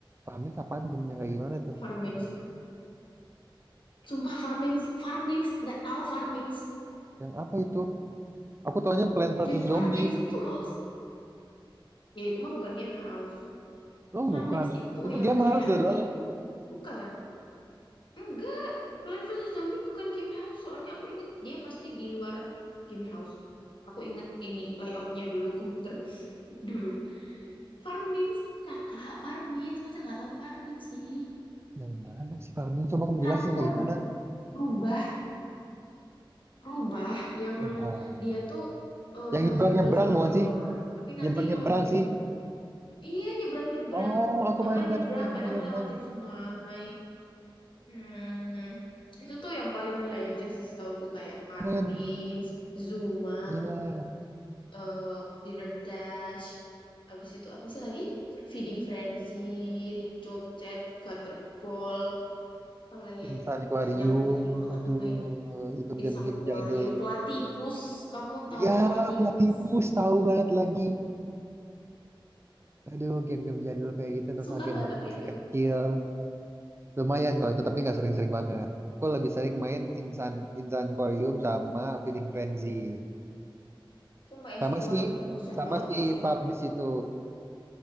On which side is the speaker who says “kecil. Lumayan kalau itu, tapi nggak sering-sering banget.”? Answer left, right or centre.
Right